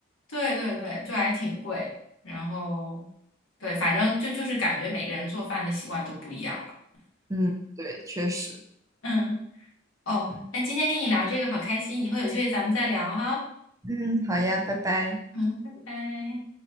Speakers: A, on the left; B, on the right.
A: 对对对，就还挺贵的，然后对，反正就就是感觉每个人做饭的习惯都不一样吧，
B: 嗯，对，确实。
A: 嗯，哦，那今天跟你聊这个好开心，以后有机会咱们再聊哈。
B: 嗯，好呀，拜拜。
A: 嗯，拜拜。